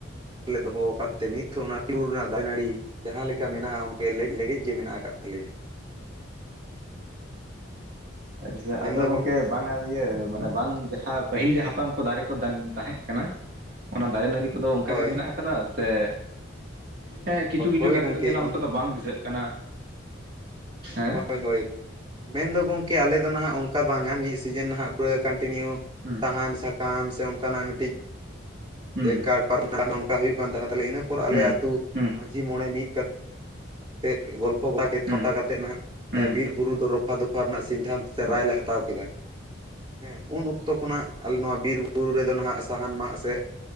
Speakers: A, on the right (about 25°); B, on the right (about 50°).
A: ᱞᱮ ᱫᱚᱦᱚ ᱟᱠᱟᱫ ᱛᱮ ᱱᱤᱛ ᱦᱚᱸ ᱚᱱᱟ ᱵᱩᱨᱩ ᱨᱮᱱᱟᱜ ᱫᱟᱨᱮ ᱱᱟᱹᱲᱤ ᱡᱟᱦᱟᱸ ᱞᱮᱠᱟ ᱢᱮᱱᱟᱜ-ᱟ ᱚᱱᱠᱟ ᱞᱮᱡ ᱞᱮᱜᱮᱡ ᱜᱮ ᱢᱮᱱᱟᱜ ᱟᱠᱟᱫ ᱛᱟᱞᱮᱭᱟ
B: ᱟᱪᱪᱷᱟ
A: ᱦᱮᱸ ᱢᱮᱱᱫᱚ
B: ᱟᱫᱚ ᱜᱚᱝᱠᱮ ᱵᱟᱝᱟ ᱤᱭᱟᱹ ᱢᱟᱱᱮ ᱵᱟᱝ ᱡᱟᱦᱟᱸ ᱯᱟᱹᱦᱤᱞ ᱡᱟᱦᱟᱸ ᱟᱢᱠᱩ ᱫᱟᱨᱮ ᱠᱚ ᱛᱟᱦᱮᱸ ᱠᱟᱱᱟ ᱚᱱᱟ ᱫᱟᱨᱮ ᱱᱟᱹᱲᱤ ᱠᱚᱫᱚ ᱚᱱᱠᱟ
A: ᱦᱳᱭ
B: ᱜᱮ ᱢᱮᱱᱟᱜ ᱟᱠᱟᱫᱟ ᱥᱮ ᱦᱮᱸ ᱠᱤᱪᱷᱩ ᱠᱤᱪᱷᱩ
A: ᱦᱳᱭ
B: ᱫᱟᱨᱮ
A: ᱜᱚᱝᱠᱮ
B: ᱫᱚ ᱧᱮᱞᱟᱢ ᱱᱮᱛᱚᱜ ᱫᱚ ᱵᱟᱝ ᱫᱤᱥᱟᱹᱜ ᱠᱟᱱᱟ ᱦᱮᱸ
A: ᱦᱳᱭ ᱦᱳᱭ ᱢᱮᱱᱫᱚ ᱜᱚᱢᱠᱮ ᱟᱞᱮ ᱫᱚ ᱱᱟᱦᱟᱜ ᱚᱱᱠᱟ ᱵᱟᱝᱟ ᱢᱤᱫ ᱥᱤᱡᱤᱱ ᱱᱟᱦᱟᱜ ᱯᱩᱨᱟᱹ ᱠᱚᱱᱴᱤᱱᱤᱭᱩ
B: ᱦᱩᱸ
A: ᱥᱟᱦᱟᱱ ᱥᱟᱠᱟᱢ ᱥᱮ ᱚᱱᱠᱟᱱᱟᱜ ᱢᱤᱫᱴᱤᱡ
B: ᱦᱩᱸ
A: ᱠᱟᱴ ᱯᱟᱨᱚᱢᱟᱱᱟ ᱱᱚᱝᱠᱟ ᱦᱩᱭᱩᱜ ᱠᱟᱱ ᱛᱟᱦᱮᱱᱟ ᱛᱟᱦᱚᱞᱮ ᱤᱱᱟᱹ ᱯᱚᱨ ᱟᱞᱮ
B: ᱦᱩᱸ
A: ᱟᱹᱛᱩ
B: ᱦᱩᱸ
A: ᱢᱟᱺᱡᱷᱤ ᱢᱚᱬᱮ ᱢᱤᱫ ᱠᱟᱛᱮ ᱛᱮᱫ ᱜᱚᱞᱯᱷᱚ <unintelligible>
B: ᱦᱩᱸ
A: ᱠᱟᱛᱮᱫ ᱱᱟᱜ
B: ᱦᱩᱸ
A: ᱵᱤᱨ ᱵᱩᱨᱩ ᱫᱚ ᱨᱚᱯᱷᱟ ᱫᱚᱯᱷᱟ ᱨᱮᱱᱟᱜ ᱥᱤᱫᱽᱫᱷᱟᱱᱛᱚ ᱥᱮ
B: ᱦᱩᱸ
A: ᱨᱟᱭ ᱞᱮ ᱦᱟᱛᱟᱣ ᱠᱮᱫᱟ ᱦᱮᱸ ᱩᱱ ᱚᱠᱛᱚ ᱠᱷᱚᱱᱟᱜ ᱟᱞᱮ ᱱᱚᱣᱟ ᱵᱤᱨ ᱵᱩᱨᱩ ᱵᱩᱨᱩ ᱨᱮᱫᱚ ᱱᱟᱦᱟᱜ ᱥᱟᱦᱟᱱ ᱢᱟᱜ ᱥᱮ